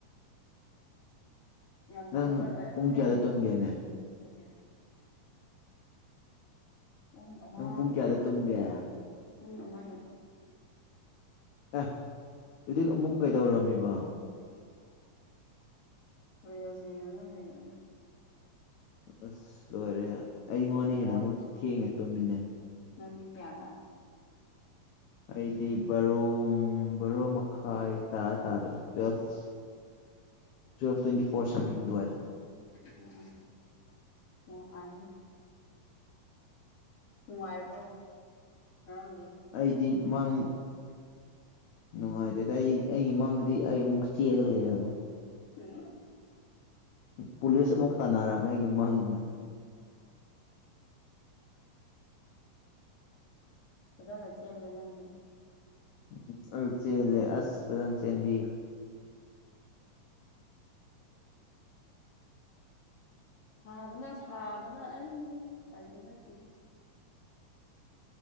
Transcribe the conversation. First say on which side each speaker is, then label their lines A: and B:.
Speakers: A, on the left; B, on the left.
A: ꯉꯟꯅ
B: ꯅꯪ
A: ꯍꯧꯒꯠꯂꯦ
B: ꯄꯨꯡ
A: ꯊꯦꯡꯅ
B: ꯀꯌꯥꯗ
A: ꯇꯨꯝꯃꯦ
B: ꯇꯨꯝꯒꯦꯅꯦ
A: ꯑꯗꯨꯒꯤ ꯄꯨꯡ ꯑꯃꯥ
B: ꯅꯪ ꯄꯨꯡ ꯀꯌꯥꯗ ꯇꯨꯝꯒꯦ ꯑꯦ
A: ꯄꯨꯡ ꯑꯃꯗꯥ
B: ꯑꯦ ꯑꯗꯤꯛ ꯑꯃꯨꯛ ꯀꯩꯗꯧꯔꯝꯃꯤꯕ
A: ꯔꯤꯜꯁ ꯌꯦꯡꯉꯒ ꯂꯩꯕꯅꯤ
B: ꯑꯁ ꯂꯣꯏꯔꯦ ꯍ‌ꯦ ꯑꯩꯉꯣꯟꯗꯩ
A: ꯑꯩ
B: ꯍꯦꯟꯅ ꯑꯃꯨꯛ ꯊꯦꯡꯅꯦ ꯇꯨꯝꯃꯤꯅ‌ꯦ
A: ꯅꯪꯒꯤ ꯀꯌꯥꯗ
B: ꯑꯩꯗꯤ ꯕꯥꯔꯣ ꯕꯥꯔꯣ ꯃꯈꯥꯏ ꯇꯥ ꯇꯥꯗ꯭ꯔꯦ twelve twelve twenty four something ꯗꯨꯋꯥꯏꯗ
A: ꯎꯝ ꯎꯝ ꯅꯣꯡꯉꯥꯏꯅꯤ ꯅꯨꯡꯉꯥꯏꯕ꯭ꯔꯣ ꯉꯔꯛꯗꯤ?
B: ꯑꯩꯗꯤ ꯃꯪ ꯅꯨꯡꯉꯥꯏꯇꯦꯗ ꯑꯩꯠ ꯑꯩꯒꯤ ꯃꯃꯥꯡꯗꯗꯤ ꯑꯩ ꯑꯃꯨꯛ ꯆꯦꯜꯂꯒ ꯂꯩꯔꯝꯃ
A: ꯎꯝ
B: ꯄꯨꯂꯤꯁ ꯑꯃꯨꯛ ꯇꯥꯟꯅꯔꯝꯃꯦ ꯑꯩꯒꯤ ꯃꯪꯅ
A: ꯐꯖꯟꯅ ꯆꯦꯟꯂꯦ ꯅꯪꯗꯤ
B: ꯎꯝ ꯑꯩ ꯆꯦꯜꯂꯦ ꯑꯁ ꯐꯖꯟꯅ ꯆꯦꯟꯕꯤꯈ꯭ꯔꯦ
A: ꯁꯥꯕꯅ ꯁꯥꯕꯅ ꯑꯩ ꯇꯟꯂꯦꯗ ꯁꯤꯗꯁꯨ